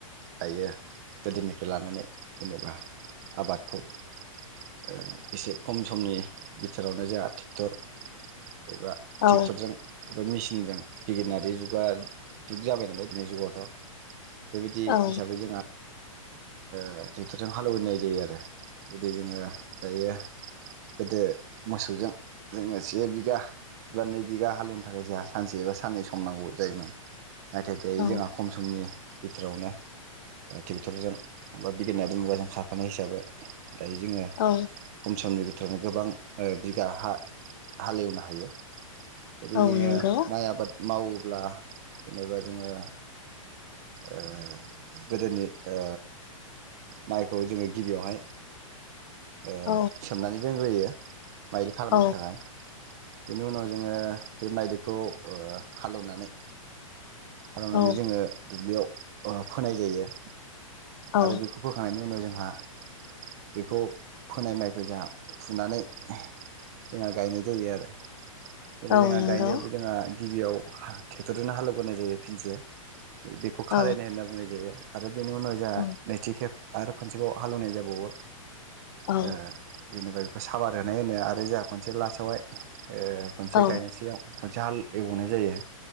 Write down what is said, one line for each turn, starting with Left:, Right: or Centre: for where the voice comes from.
Right: दायो गोदोनिफ्राय लानानै जेनेबा आबादखौ ओ एसे खम समनि बिथोरावनो जोंहा ट्रेक्टर एबा
Left: औ
Right: ट्रेक्टरजों बे मेसिनजों <unintelligible> जुगा जुग जाबाय नालाय दिननि जुगावथ' बेबायदि
Left: औ
Right: हिसाबै जोंहा ओ ट्रेक्टरजों हालेवनाय जायो आरो। बिदि जोंङो दायो गोदो मोसौजों जोंङो से बिघा बा नै बिघा हालौवनो थाखाय जोंहा सानसे एबा साननै सम नांगौ जायोमोन। नाथाय दायो
Left: औ
Right: जोंहा खम समनि बिथोरावनो ट्रेक्टरजों माबा बिगियानारि मुगाजों खारफानाय हिसाबै दायो जोंङो
Left: औ
Right: खम समनि <unintelligible> गोबां बिघा हालेवनो हायो। जेरै
Left: औ
Right: जोंङो
Left: नंगौ
Right: माइ आबाद मावोब्ला जेनेबा जोंङो ओ गोदोनि ओ माइखौ जोंङो गिबियावहाय ओ
Left: औ
Right: सोमनानै दोनग्रोयो। <unintelligible> खालामनो
Left: औ
Right: थाखाय बेनि उनाव जोंङो बे माइ दैखौ हालेवनानै खालामनानै
Left: औ
Right: जोंङो दुब्लियाव फोनाय जायो।
Left: औ
Right: आरो बेखौ फोखांनायनि उनाव जों जोंहा बेखौ फोनाय माइखौ जोंहा फुनानै जोंहा गायनाय जायो आरो। जेरै
Left: औ
Right: जोंहा
Left: नंगौ
Right: गायनायावबो जोंहा गिबियाव ट्रेक्टरजोंनो हालेवग्रोनाय जायो फिनसे बेखौ
Left: औ
Right: खारायनाय होनना बुंनाय जायो। आरो बेनि उनाव जा
Left: औ
Right: नैथि खेब आरो खनसेबाव हालौवनाय जाबावो
Left: औ
Right: <inaudible> ओ जेनिबा बेखौ साबार होनाय होनो आरो जोंहा खनसे लास्टआवहाय ओ खनसे
Left: औ
Right: गायनोसैयाव जाहाल एवनाय जायो।